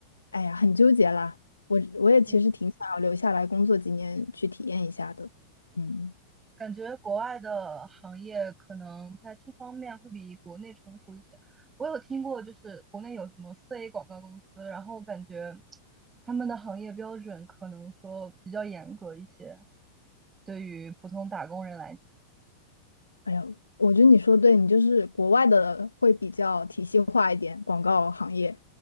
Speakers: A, on the left; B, on the right.
A: 哎呀，很纠结啦。我我也其实挺想要留下来工作几年去体验一下的，
B: 对。
A: 嗯。
B: 感觉国外的行业可能在这方面会比国内成熟一些。我有听过，就是国内有什么四 A 广告公司，然后感觉他们的行业标准可能说比较严格一些，对于普通打工人来讲，
A: 哎呀，我觉得你说对，你就是国外的会比较体系化一点，广告行业，